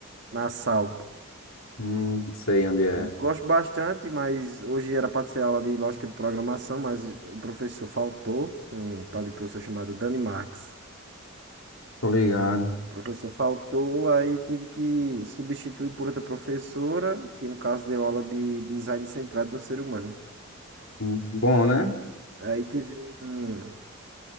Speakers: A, on the right; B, on the left.
A: Na SAL.
B: Hum, não sei onde é.
A: Gosto bastante, mas hoje era para ser aula de lógica de programação, mas o professor faltou, um tal de professor chamado Dani Marx.
B: Tô ligado.
A: O professor faltou, aí teve que substituir por outra professora, que no caso deu aula de design centrado no ser humano.
B: Hum, Bom, né?
A: Aí teve um,